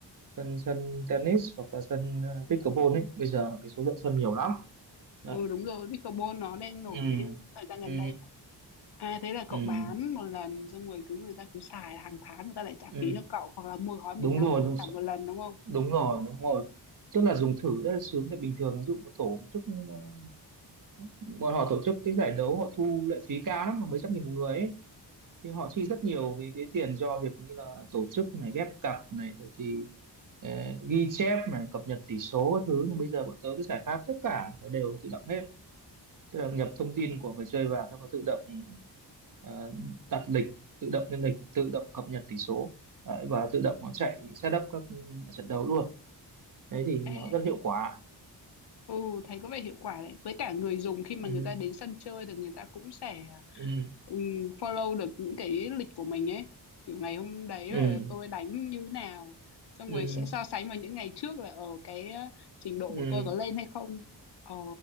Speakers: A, on the right; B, on the left.
A: sân sân tennis hoặc là sân ờ, pickleball ấy bây giờ cái số lượng sân nhiều lắm
B: ừ
A: đấy
B: đúng rồi pickleball nó đang nổi
A: ừ.
B: lên thời gian gần
A: Ừ.
B: đây mà à thế là cậu
A: Ừ.
B: bán một lần xong rồi cứ người ta cứ xài hàng tháng người ta lại trả
A: Ừ.
B: phí cho cậu hoặc là mua gói
A: đúng
B: một năm
A: rồi
B: cũng trả một lần đúng không
A: đúng rồi đúng rồi tức là dùng thử rất là sướng tại bình thường ví dụ một tổ chức ờ, bọn họ tổ chức cái giải đấu họ thu lệ phí cao lắm mà mấy trăm nghìn một người ấy thì họ chi rất nhiều vì cái tiền cho việc như là tổ chức này ghép cặp này rồi thì ờ, ghi chép này cập nhật tỷ số các thứ nhưng bây giờ bọn tớ cái giải pháp tất cả nó đều tự động hết tức là nhập thông tin của người chơi vào xong nó tự động ờ, đặt lịch tự động lên lịch tự động cập nhật tỷ số Đấy, và tự động nó chạy setup các ừ, trận đấu luôn đấy thì nó
B: Ê
A: rất hiệu quả
B: Ừ, thấy có vẻ hiệu quả đấy. Với cả người dùng khi mà
A: ừ
B: người ta đến sân chơi thì người ta cũng sẽ
A: ừ
B: ừm, follow được những cái lịch của mình ấy. Kiểu ngày hôm đấy
A: ừ
B: là tôi đánh như nào. Xong
A: ừ
B: rồi sẽ so sánh vào những ngày trước là ở cái ờ, trình độ
A: ừ
B: của tôi có lên hay không. Ờ,